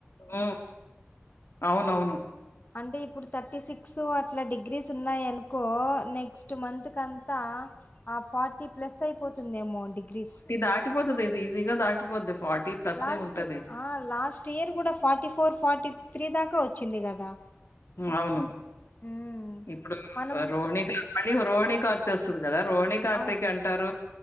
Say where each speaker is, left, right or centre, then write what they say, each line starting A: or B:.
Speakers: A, on the left (about 70°); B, on the left (about 40°).
A: హ్మ్ అవునవును
B: అంటే ఇప్పుడు థర్టీ సిక్స్ అట్లా డిగ్రీస్ ఉన్నాయి అనుకో నెక్స్ట్ మంత్ కంతా ఆ ఫార్టీ ప్లస్ అయిపోతు తుందేమో డిగ్రీస్
A: దాటిపోతది ఈజీగా దాటిపోద్ది. ప్లస్సే
B: లాస్ట్
A: ఉంటది.
B: లాస్ట్ ఇయర్ కూడా ఫార్టీ ఫోర్ ఫార్టీ త్రీ దాకా వచ్చింది కదా
A: అవును
B: ఉమ్
A: ఇప్పుడు
B: మనం
A: రోహిణి క్లబ్ అని రోహిణి కార్త వస్తుంది కదా రోహి కార్తిక్
B: అవును అ-
A: అంటారు